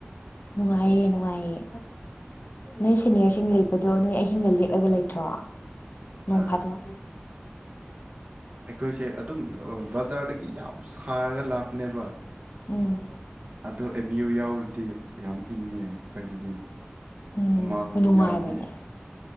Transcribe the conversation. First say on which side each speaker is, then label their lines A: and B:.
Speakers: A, on the left (about 50°); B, on the right (about 35°).
A: ꯅꯨꯡꯉꯥꯏꯌꯦ ꯅꯨꯡꯉꯥꯏꯌꯦ ꯅꯣꯏ ꯁꯦꯅꯤꯌꯔꯁꯤꯡ ꯂꯩꯕꯗꯣ ꯅꯣꯏ ꯑꯍꯤꯡꯒ ꯂꯦꯛꯑꯒ ꯂꯩꯇ꯭ꯔꯣ ꯅꯣꯡ
B: ꯑꯥ
A: ꯐꯥꯗꯣꯛ
B: ꯑꯩꯈꯣꯏꯁꯦ ꯑꯗꯨꯝ ꯕꯖꯥꯔꯗꯒꯤ ꯌꯥꯝ ꯁꯥꯔꯒ ꯂꯥꯛꯄꯅꯦꯕ
A: ꯎꯝ
B: ꯑꯗꯣ ꯑꯦꯝ ꯌꯨ ꯌꯥꯎꯔꯗꯤ ꯌꯥꯝ ꯏꯪꯉꯦ ꯑꯩꯈꯣꯏꯕꯨꯗꯤ
A: ꯎꯝ
B: ꯎꯃꯥꯡ
A: ꯍꯣꯏ ꯅꯨꯡꯉꯥꯏꯕꯅꯦ
B: ꯌꯥꯝ